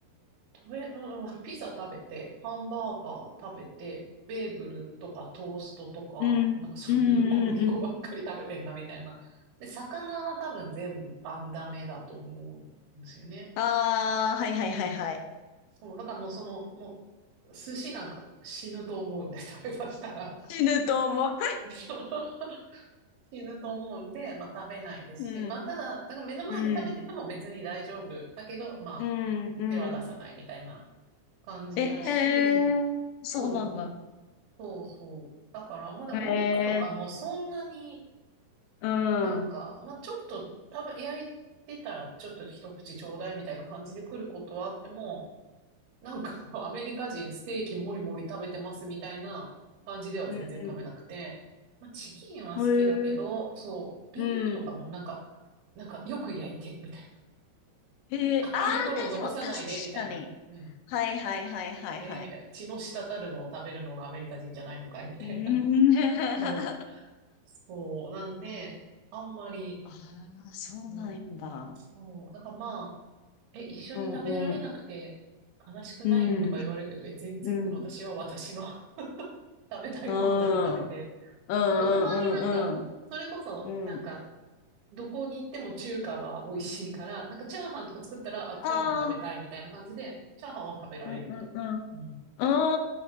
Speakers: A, on the right; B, on the left.
A: う。食べ、<laughs> うんピザ食べて、ハンバーガー食べて、ベーグルとかトーストとか、
B: うんうんうん。
A: なんかそういうの小麦粉ばっかり食べてんな、みたいな。で、魚は多分全般ダメだと思うんですよね。
B: ああ、
A: うん。
B: はいはいはいはい。
A: そう、だからもうその、もう、寿司なんか死ぬと思うんで、食べさせたら。
B: 死ぬと思う。
A: <laughs> そう。<laughs> 死ぬと思うんで、まあ食べないですし、
B: <laughs> うん。
A: まあただ、だから目の前で食べてても別に大丈夫。
B: うん、
A: だけど、まあ
B: うん、うん。
A: 手は出さないみたいな感じだし、
B: ええーそうなんだ。
A: そう、そうそう。だから、まだお肉とかもそんなに
B: ええーうん、
A: なんか、
B: うん、
A: まあちょっと食べ、焼いてたらちょっと一口ちょうだいみたいな感じで来ることはあっても、なんか、アメリカ人ステーキもりもり食べてますみたいな感じでは全然食べなくて、
B: うん、うん。
A: まあ、チキンは好きだけど、
B: へえ
A: そう、ビーフとかもなんか、
B: うん。
A: なんかよく焼いて、みたいな。
B: へえああ大丈夫。
A: 赤いところを残さないで、
B: 確かに。
A: みたいな。うん。
B: はいはいはいはいはい。
A: ええみたいな。血の滴るのを食べるのがアメリカ人じゃないのかいみたいな。
B: うーん。
A: <laughs>
B: <laughs>
A: そう。そう。なんで、あんまり、
B: ああ、そうなんだ。
A: そう、そうだからまあ、え、一緒に食べられなくて悲しくないのとか言われるけど、
B: うん、うん、うん、
A: え、全然私は私の
B: うん、
A: 食べたいものだけ食べて。
B: うん、うん、うん、
A: そう、だからたまになんか、
B: うんうん、
A: それこそ、
B: うん。
A: なんか、どこに行っても中華は美味しいから、なんかチャーハンとか作ったら、あ、チャーハン食べたいみたいな感じで、
B: ああ、
A: チャーハンは食べられるみたいな。
B: うん、うん、うん。
A: うん。
B: うーん、